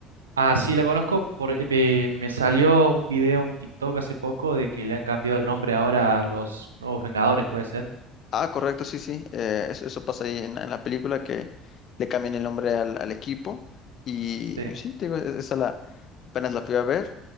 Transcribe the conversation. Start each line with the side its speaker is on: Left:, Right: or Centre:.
Right: Ah, sí, la conozco. Por, eh, pe- me salió un video, un TikTok hace poco de que le han cambiado el nombre ahora a los Nuevos Vengadores, puede ser.
Left: Ah, correcto, sí, sí. eh, eso, eso pasa ahí en, en la película que le cambian el nombre al, al equipo. Y,
Right: Sí.
Left: y sí, te digo, e- esa la, apenas la fui a ver